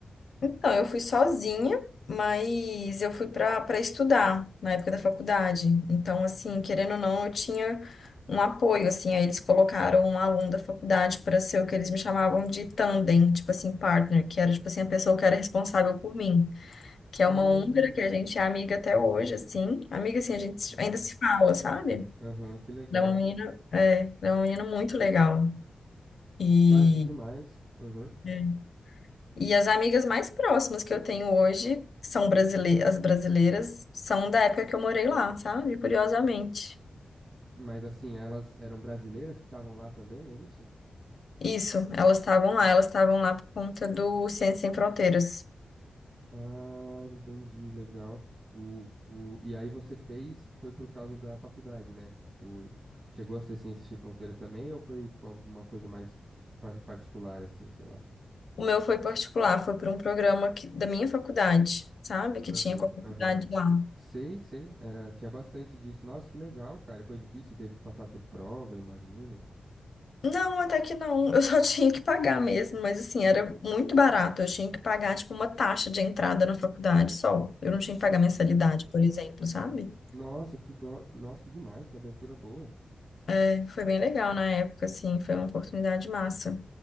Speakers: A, on the left; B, on the right.
A: Então, eu fui sozinha, mas eu fui para para estudar na época da faculdade. Então, assim, querendo ou não, eu tinha um apoio, assim. Aí eles colocaram um aluno da faculdade para ser o que eles me chamavam de tandem, tipo assim, partner, que era, tipo assim, a pessoa que era responsável por mim. que é
B: Ah,
A: uma húngara que a gente é amiga até hoje, assim. Amiga, assim, a gente
B: nossa.
A: ainda se fala, sabe?
B: Aham, que legal,
A: Ela é uma menina,
B: velho.
A: é, ela é uma menina muito legal. E,
B: Cara, que demais. Aham.
A: É. e as amigas mais próximas que eu tenho hoje são brasileiras, as brasileiras são da época que eu morei lá, sabe? Curiosamente.
B: Mas assim, elas eram brasileiras que estavam lá também, é isso?
A: Isso, elas estavam lá, elas estavam lá por conta do Ciências Sem Fronteiras.
B: Ah, entendi, legal. O, o- e aí você fez, foi por causa da faculdade, né? Tipo, chegou a ser Ciências Sem Fronteira também, ou foi, tipo, alguma coisa mais par- particular, assim, sei lá?
A: O meu foi particular, foi por um programa que- da minha faculdade, sabe? Que
B: Aham,
A: tinha com a faculdade
B: aham.
A: lá.
B: Sei, sei. Era, tinha bastante disso. Nossa, que legal, cara. E foi difícil, teve que passar por prova, imagino.
A: Não, até que não. Eu só <laughs> tinha que pagar mesmo, mas assim, era muito barato. Eu tinha que pagar, tipo, uma taxa de entrada na faculdade só. Eu não tinha que pagar mensalidade,
B: Uhum.
A: por exemplo, sabe?
B: Nossa, que dó. Nossa, que demais, que abertura boa.
A: É, Foi bem legal na época, assim, foi uma oportunidade massa.